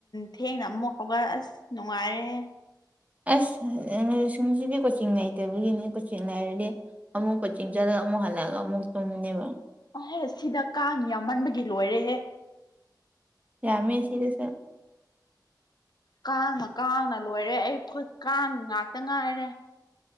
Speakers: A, on the left (about 70°); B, on the right (about 20°).
A: ꯊꯦꯡꯅ ꯑꯃꯨꯛ ꯍꯧꯒꯠ ꯑꯁ ꯅꯨꯡꯉꯥꯏꯔꯦ
B: ꯑꯁ ꯁꯁꯤꯡꯁꯤꯗꯤ ꯀꯣꯆꯤꯡ ꯂꯩꯇꯕꯒꯤꯅꯤ ꯀꯣꯆꯤꯡ ꯂꯩꯔꯗꯤ ꯑꯃꯨꯛꯀ ꯆꯤꯡ ꯆꯠꯂꯒ ꯑꯃꯨꯛ ꯍꯜꯂꯛꯑꯒ ꯑꯃꯨꯛ ꯆꯨꯝꯅꯦꯕ
A: ꯑꯍꯦ ꯁꯤꯗ ꯀꯥꯡ ꯌꯥꯝꯃꯟꯕꯒꯤ ꯂꯣꯏꯔꯦꯍꯦ
B: ꯌꯥꯃꯦ ꯁꯤꯔꯁ
A: ꯀꯥꯡꯅ ꯀꯥꯡꯅ ꯂꯣꯏꯔꯦ ꯑꯩ ꯈꯨꯠ ꯀꯥꯡ ꯉꯥꯛꯇ ꯉꯥꯏꯔꯦ